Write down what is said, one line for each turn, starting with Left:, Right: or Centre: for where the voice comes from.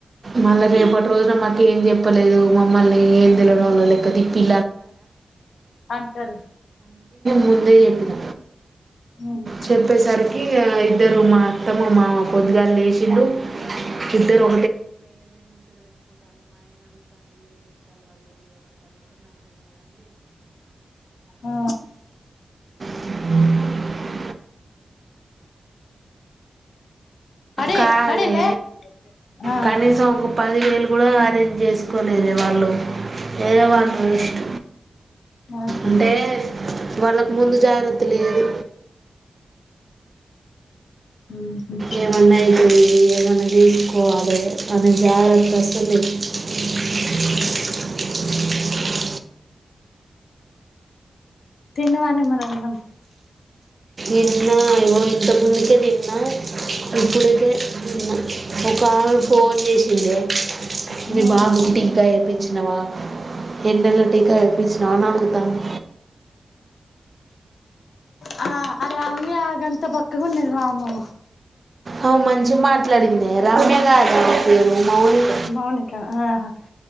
Right: మళ్ళీ రేపటి రోజున మాకు ఏం చెప్పలేదు మమ్మల్ని ఏం తెలవనోలక్క తీపి
Left: అంటారు
Right: ముందే చెప్పిన
Left: ఉమ్
Right: చెప్పేసరికి ఇగ ఇద్దరూ మా అత్త మా మామ పొద్దుగాల లేసిడు ఇద్దరూ
Left: ఆ
Right: అ
Left: హరి
Right: కాదే
Left: హరి లే ఆ
Right: కనీసం ఒక పదివేలు కూడా అరేంజ్ చేసుకోనేదే వాళ్ళు ఏదో వాళ్ళు ఇష్ట
Left: ఆహా
Right: అంటే వాళ్ళకు ముందు జాగ్రత్త లేదు
Left: ఉహు
Right: ఏమన్నా అయితది <unintelligible>
Left: తిన్నదానే మరి అన్నం
Right: ఎట్లో ఏమో ఇట్లా ముచ్చట్లు చెప్పుతు ఇప్పుడు పోదో ఈ అమ్మ ఒక అమ్మే ఫోన్ చేసిందే
Left: ఉమ్
Right: మీ బావ కి టీకా ఏపిచ్చినవా ఎన్ని రోజుల టీకా ఏ పిచ్చినావ్ అని అడుగుతాంది
Left: హ ఆ రమ్య గంత బక్కగా ఉన్నది వమ్మో
Right: ఆ మంచిగా మాట్లాడిందే రమ్య కాదే అమ్మే పేరు మౌలిక
Left: మౌనికా ఆహా